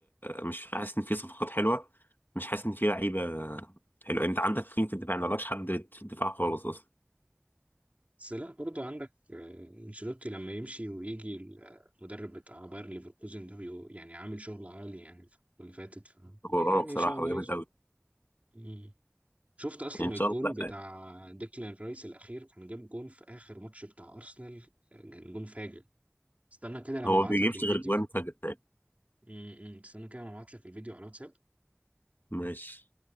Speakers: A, on the left; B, on the right.
A: مش حاسس ان في صفقات حلوه مش حاسس ان في لعيبه حلوه يعني انت عندك مين في الدفاع ما عندكش حد في الدفاع خالص اصلا
B: بس لا برضه عندك آه، انشيلوتي لما يمشي ويجي المدرب بتاع باير ليفركوزن ده بيقو- يعني عامل شغل عالي يعني الفترة اللي فاتت ف...
A: هو
B: يعني
A: اه بصراحه
B: ان شاء الله
A: هو جامد
B: يظبط
A: قوي
B: مم. شفت اصلا
A: ان شاء
B: الجون
A: الله
B: بتاع
A: لا
B: ديكلان رايس الاخير كان جاب جون في اخر ماتش بتاع ارسنال آه، كان جون فاجر استنى كده لما
A: هو
B: ابعت
A: بيجيبش
B: لك الفيديو
A: غير جوان فجر تاني
B: مم، مم. استنى كده لما ابعت لك الفيديو على الواتساب
A: ماشي